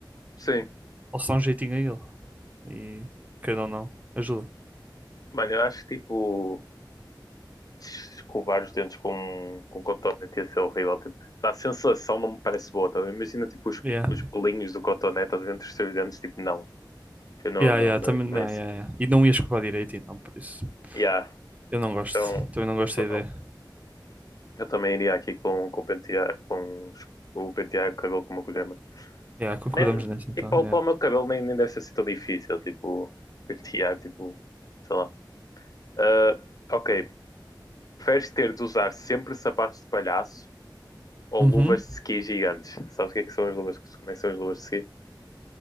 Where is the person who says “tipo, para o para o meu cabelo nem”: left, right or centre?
Left